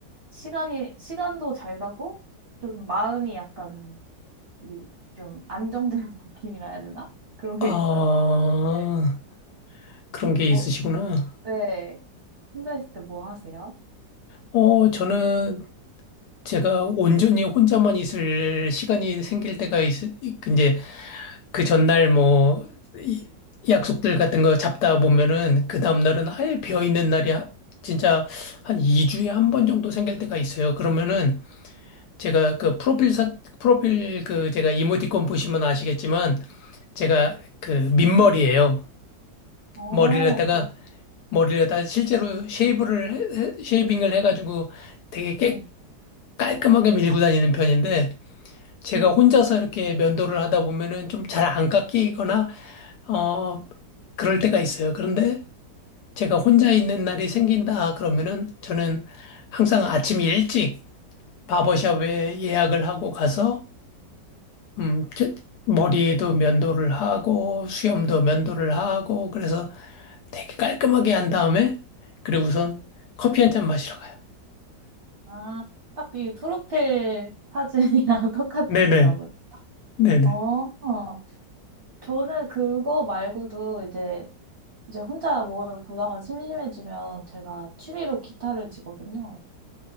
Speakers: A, on the right (about 45°); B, on the left (about 70°).
A: 시간이 시간도 잘 가고 좀 마음이 약간 이 좀 안정되는 <laughs> 느낌이라 해야 되나? 그런 게
B: 아,
A: 있어요. 네,
B: 그런
A: 그
B: 게 있으시구나.
A: 뭐, 네, 혼자 있을 때 뭐 하세요?
B: 어, 저는 제가 온전히 혼자만 있을 시간이 생길 때가 있, 이제 그 전날 뭐 이- 약속들 같은 거 잡다 보면은 그 다음날은 아예 비어 있는 날이 하- 진짜 한 2주에 한번 정도 생길 때가 있어요. 그러면은 제가 그 프로필 사, 프로필 그 제가 이모티콘 보시면 아시겠지만 제가 그 민머리예요.
A: 어,
B: 머리를 갖다가
A: 그,
B: 머리를 갖다가 실제로 쉐이브를 해- 해- 쉐이빙을 해가지고 되게 깨,
A: 네,
B: 깔끔하게 밀고 다니는 편인데 제가
A: 네.
B: 혼자서 이렇게 면도를 하다 보면은 좀 잘 안 깎이거나, 어, 그럴 때가 있어요. 그런데 제가 혼자 있는 날이 생긴다 그러면은 저는 항상 아침 일찍 바버샵에 예약을 하고 가서, 음, 저- 머리에도 면도를 하고, 수염도 면도를 하고, 그래서 되게 깔끔하게 한 다음에, 그리고 우선 커피 한잔 마시러 가요.
A: 아, 딱 이 프로필 사진이랑 <laughs> 똑같으신가
B: 네네,
A: 보네.
B: 네네.
A: 어, 어. 저는 그거 말고도 이제, 이제 혼자 뭘 보다가 심심해지면 제가 취미로 기타를 치거든요.